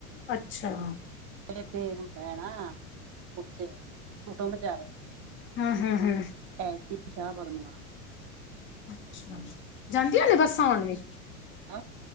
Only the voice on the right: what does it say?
ਤੇ ਹੁੰਦਾ ਏ ਨਾ ਉੱਥੇ। ਫੋਟੋ ਮਚਾਰੇ
ਐਤੀ ਸ਼ਾਹ ਬਰਮਾ
ਹੈਂ,